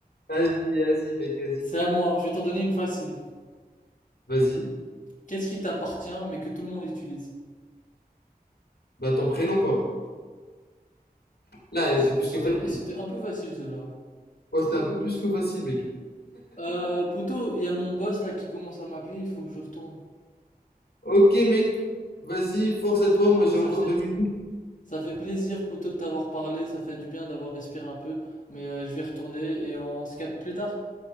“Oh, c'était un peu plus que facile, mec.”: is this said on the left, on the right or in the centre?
Left